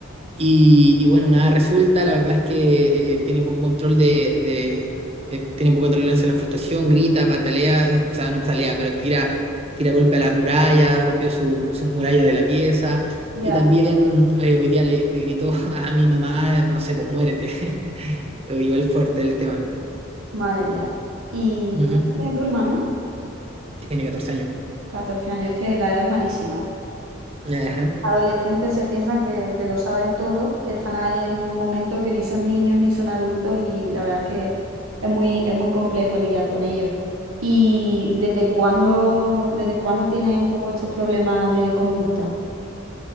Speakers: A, on the right; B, on the right.
A: Y, y bueno, nada resulta, la verdad es que eh, tiene poco control de, de- eh, tiene poca tolerancia a la frustración, grita, patalea, o sea, no patalea, pero tira, tira golpe a las murallas, rompió su, su muralla de la pieza,
B: Ya.
A: y también eh, hoy día le, le gritó <laughs> a mi mamá, no sé, pues muérete, <laughs> igual fuerte el tema.
B: Madre mía. ¿Y
A: Ujú.
B: qué edad tiene tu hermano?
A: Tiene 14 años.
B: 14 años, es que la edad es malísima, ¿eh?
A: ajá
B: Adolescentes se piensan que, que lo saben todo, están ahí en un momento que ni son niños ni son adultos y la verdad es que es muy, es muy complejo lidiar con ellos. ¿Y desde cuándo, desde cuándo tiene un poco estos problemas de conducta?